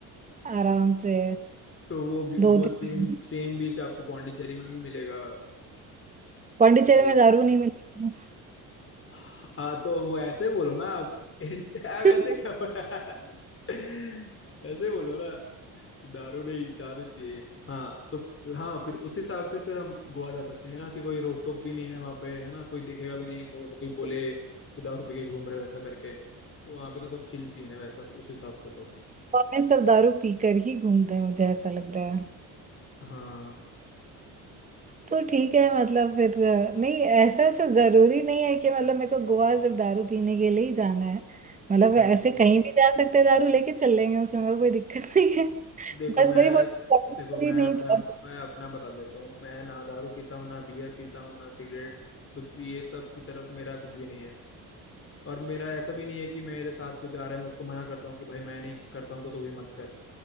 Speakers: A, on the right; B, on the left.
A: आराम से
B: तो वो बी-
A: दो
B: वो
A: तीन
B: सेम सेम बीच आपको पौंडीचेरी में भी मिलेगा
A: पौंडीचेरी
B: तो
A: में दारू नहीं मिलेगी
B: हाँ तो वो ऐसे बोलो ना आप <laughs> इंडिया
A: <laughs>
B: वैसे क्या बोला <laughs> ऐसे बोलो ना दारू नहीं दारू चाहिए हाँ तो फ- हाँ फिर उस हिसाब से फिर हम गोवा जा सकते हैं ना कि कोई रोक टोक भी नहीं है वहाँ पे है ना कोई दिखेगा भी नहीं तो वैसे कोई बोले कि दारू पी के घूम रहे हो ऐसा करके तो वहाँ पे तो सब चिल सीन है वैसा उस हिसाब से तो
A: हमें सब दारू पीकर ही घूमते हैं मुझे ऐसा लग रहा है
B: हाँ
A: तो ठीक है मतलब फिर अ, नहीं ऐसा ऐसा जरूरी नहीं है कि मतलब मेरे को गोवा सिर्फ दारू पीने के लिए ही जाना है मतलब
B: हम्म
A: ऐसे कहीं भी जा सकते हैं दारू लेके चल लेंगे उसमें मेरे को कोई दिक्कत <laughs> नहीं है
B: देखो
A: बस
B: मैं
A: वही बोल दारू
B: देखो
A: के
B: मैं
A: लिए नहीं
B: अपना
A: जा सकते
B: मैं अपना बता देता हूँ मैं ना दारू पीता हूँ ना बियर पीता हूँ ना सिगरेट कुछ भी ये सब की तरफ मेरा कुछ भी नहीं है और मेरा ऐसा भी नहीं है कि मेरे साथ जो जा रहा है मैं उसको मना करता हूँ कि भाई मैं नहीं करता हूँ तो तू भी मत कर